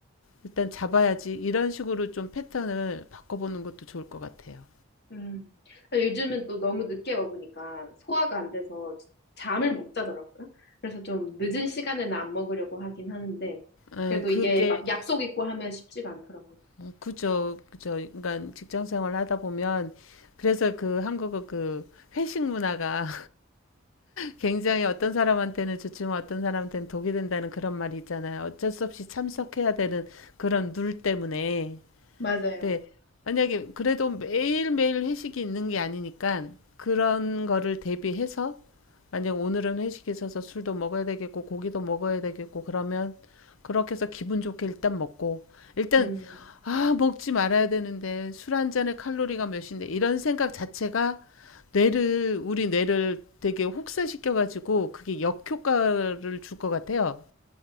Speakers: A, on the left; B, on the left.
A: 일단 잡아야지 이런 식으로 좀 패턴을 바꿔보는 것도 좋을 것 같아요.
B: 음. 요즘은 또 너무 늦게 먹으니까 소화가 안 돼서 잠을 못 자더라고요. 그래서 좀 늦은 시간에는 안 먹으려고 하긴 하는데,
A: 예,
B: 그래도
A: 그게
B: 이게 막 약속 있고 하면 쉽지가 않더라고요.
A: 어, 그죠, 그죠. 그러니까 직장 생활 하다 보면 그래서 그 한국어 그 회식 문화가 굉장히 어떤 사람한테는 좋지만 어떤 사람한테는 독이 된다는 그런 말이 있잖아요. 어쩔 수 없이 참석해야 되는 그런 룰 때문에.
B: 맞아요.
A: 근데 만약에 그래도 매일매일 회식이 있는 게 아니니까 그런 거를 대비해서 만약 오늘은 회식이 있어서 술도 먹어야 되겠고 고기도 먹어야 되겠고 그러면 그렇게 해서 기분 좋게 일단 먹고 일단
B: 음,
A: 아 먹지 말아야 되는데 술 한 잔에 칼로리가 몇인데 이런 생각 자체가 뇌를 우리 뇌를 되게 혹사시켜 가지고 그게 역효과를 줄 것 같아요.